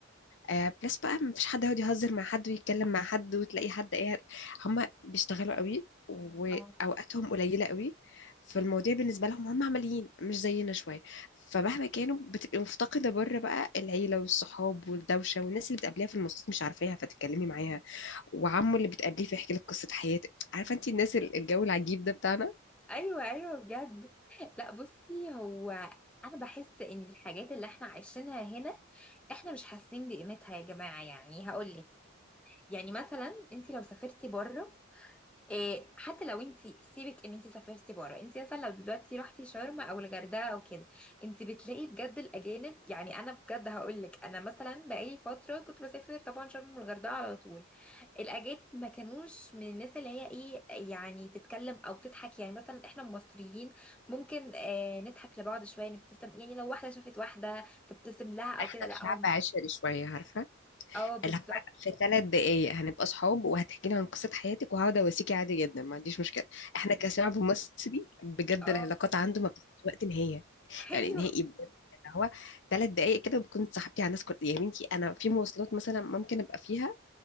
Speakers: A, on the left; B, in the centre.
A: آه بلس بقى مفيش حد يقعد يهزر مع حد ويتكلم مع حد وتلاقي حد ايه هم بيشتغلوا قوي واوقاتهم
B: اه
A: قليله قوي فالمواضيع بالنسبه لهم هم عمليين مش زينا شويه فمهما كانوا بتبقي مفتقده بره بقى العيله والصحاب والدوشه والناس اللي بتقابليها في المواصلات مش عارفاها فتتكلمي معاها وعمه اللي بتقابليه فيحكي لك قصه حياته عارفه انت الناس ال- الجو العجيب ده بتاعنا
B: ايوه ايوه بجد لا بصي هو انا بحس ان الحاجات اللي احنا عايشينها هنا احنا مش حاسين بقيمتها يا جماعه يعني هقولك يعني مثلا انت لو سافرتي بره إيه حتى لو انت سيبك ان انت سافرتي بره انت مثلا لو دلوقتي رحتي شرم او الغردقه او كده انت بتلاقي بجد الاجانب يعني انا بجد هقول لك انا مثلا بقالي فتره كنت بسافر طبعا شرم والغردقه على طول الاجانب ما كانوش من الناس اللي هي ايه يعني تتكلم او تضحك يعني مثلا احنا المصريين ممكن آه نضحك لبعض شويه نبتسم يعني لو واحده شافت واحده تبتسم لها او
A: احنا
B: كده لا
A: شعب
B: هم
A: عشري شويه عارفه
B: اه بالظبط
A: اللي هو في ثلاث دقايق هنبقى صحاب وهتحكي لي عن قصة حياتك وهقعد اواسيكي عادي جدا ما عنديش مشكلة احنا
B: بالظبط
A: كشعب مصري بجد
B: اه
A: العلاقات عنده ما بتبقاش وقت نهاية
B: <laughs>
A: يعني
B: ايوه
A: نهائي بجد اللي هو ثلاث دقايق كده بكون صاحبتي على الناس كل يا بنتي انا في مواصلات مثلا ممكن ابقى فيها